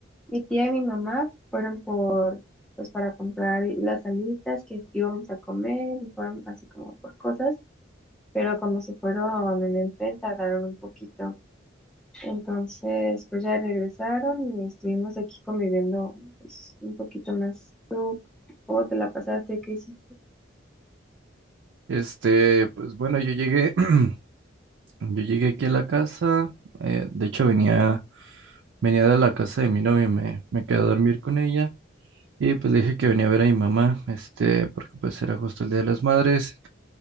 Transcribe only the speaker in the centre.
Mi tía y mi mamá fueron por, pues para comprar las alitas que íbamos a comer y fueron así como por cosas, pero como se fueron en el tren tardaron un poquito. Entonces, pues ya regresaron y estuvimos aquí conviviendo pues, un poquito más. ¿Tú cómo te la pasaste? ¿Qué hiciste,